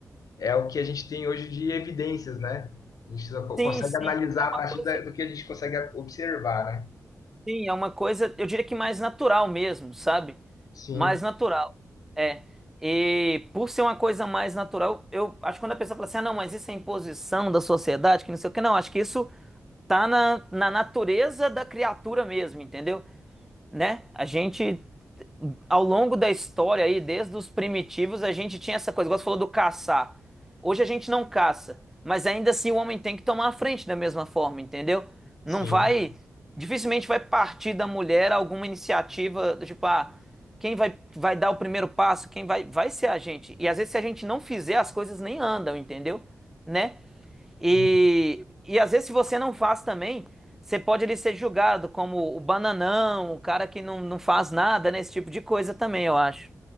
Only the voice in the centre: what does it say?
Sim,
sim.
É uma
coisa
Sim, é uma coisa, eu diria que mais natural mesmo, sabe?
Mais natural. É. E por ser uma coisa mais natural, eu acho que quando a pessoa fala assim, ah, não, mas isso é imposição da sociedade, que não sei o que, não, acho que isso tá na, na natureza da criatura mesmo, entendeu? Né? A gente, ao longo da história aí, desde os primitivos, a gente tinha essa coisa, igual você falou do caçar. Hoje a gente não caça, mas ainda assim o homem tem que tomar a frente da mesma forma, entendeu?
Não vai, dificilmente vai partir da mulher alguma iniciativa, tipo, ah, quem vai, vai dar o primeiro passo, quem vai, vai ser a gente. E às vezes se a gente não fizer, as coisas nem andam, entendeu? Né? E,
e às vezes se você não faz também, você pode ali ser julgado como o bananão, o cara que não, não faz nada, né? Esse tipo de coisa também, eu acho.